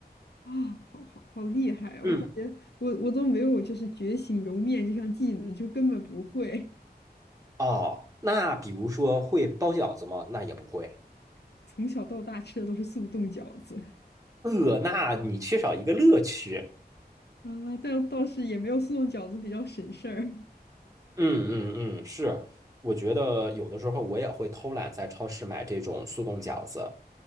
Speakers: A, on the left (about 80°); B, on the right (about 20°).
A: 啊、好好好厉害啊！
B: 嗯。
A: 我感觉我我都没有就是觉醒揉面这项技能，就根本不会。
B: 哦，那比如说会包饺子吗？那也不会。
A: <laughs> 从小到大吃的都是速冻饺子
B: 呃，那你缺少一个乐趣。
A: <laughs> 啊，但倒是也没有速冻饺子比较省事儿。
B: 嗯嗯嗯，是。我觉得有的时候我也会偷懒，在超市买这种速冻饺子。